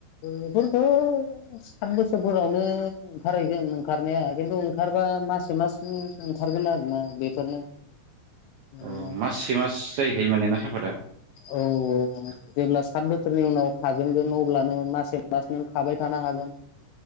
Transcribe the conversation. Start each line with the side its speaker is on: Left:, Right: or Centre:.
Left: बेफोरखौ सात बोसोरफोरावनो ओंखारहैगोन ओंखारनाया खिन्थु ओंखारबा मासे मासनि ओंखारगोन आरोना बे फोरनो <unintelligible>
Right: अ माससे मास जाहैखायो माने ना साफादा
Left: औ औ जेब्ला सात बोस <unintelligible> थागोनगोन अब्लानो मासे मास नों खाबाय थानो हागोन?